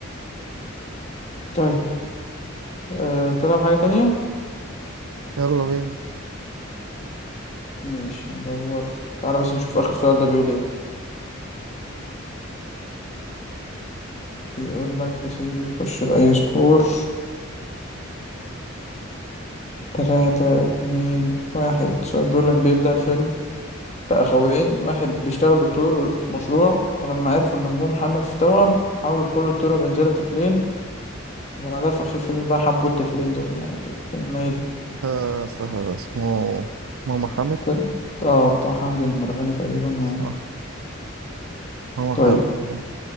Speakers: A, on the left; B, on the right.
A: طيب أه تلعب حاجة تانية؟
B: يلا بينا
A: ماشي ندور تعالى بس نشوف آخر سؤال ده بيقول ايه بيقول لك يا سيدي خش بأي سكور تلاتة اتنين واحد سؤال بيقول لك بيبدأ الفيلم بأخوين واحد بيشتغل دكتور في مشروع ولما عرفوا إن أمهم حامل في توأم حاولوا بكل الطرق بينزلوا الطفلين وبعدها في آخر الفيلم بقى حبوا الطفلين دول يعني وكده فيلم إيه ده؟
B: ده سهل ده اسمه ماما حامل
A: فيلم آه بتاع حمدي مرغني تقريبا
B: صح
A: و...
B: ماما
A: طيب
B: حامل يلا.